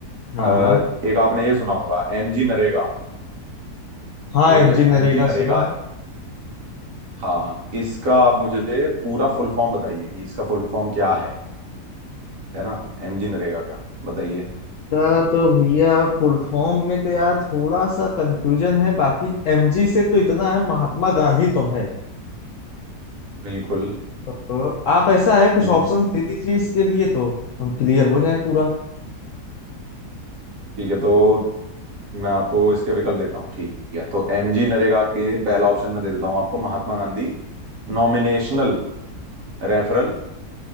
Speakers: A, on the left; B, on the right.
A: हाँ
B: अ,
A: हाँ
B: एक आपने ये सुना होगा एमजी नरेगा
A: हाँ
B: तो ये
A: एमजी
B: जो
A: नरेगा
B: एमजी नरेगा
A: सुना
B: है
A: है
B: हाँ इसका आप मुझे पूरा फुल फॉर्म बताइए कि इसका फुल फॉर्म क्या है है ना एमजी नरेगा क्या बताइए
A: का तो भैया फुल फॉर्म में तो यार थोड़ा सा कंफ्यूजन है बाकी एमजी से तो इतना है महात्मा गांधी तो है
B: बिल्कुल
A: तो आप ऐसा है कुछ
B: हम्म
A: ऑप्शन
B: हम्म,
A: दे दीजिए इसके लिए तो हम क्लियर हो जाए पूरा
B: ठीक है तो मैं आपको इसके विकल्प देता हूँ ठीक है तो एमजी नरेगा के पहला ऑप्शन मैं दे देता हूँ आपको Mahatma Gandhi nominational referral